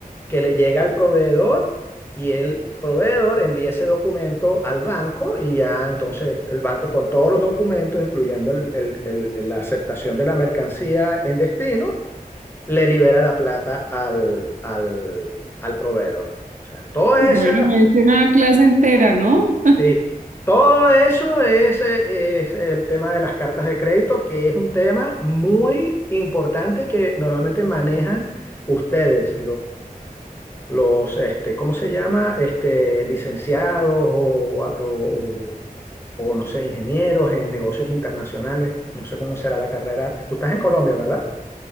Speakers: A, on the left (about 15°); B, on the right (about 60°).
A: que le llega al proveedor y el proveedor envía ese documento al banco y ya entonces el banco con todos los documentos, incluyendo el- el- el- el- la aceptación de la mercancía en destino, le libera la plata al, al, al proveedor. O sea, todo esa,
B: Bueno, me diste una clase entera, ¿no? <laughs>
A: sí, todo eso es, eh, es el tema de las cartas de crédito, que es un tema muy importante que normalmente manejan ustedes, los, este, ¿cómo se llama? Este, licenciados o, o- o- o, no sé, ingenieros en negocios internacionales. No sé cómo será la carrera. Tú estás en Colombia, ¿verdad?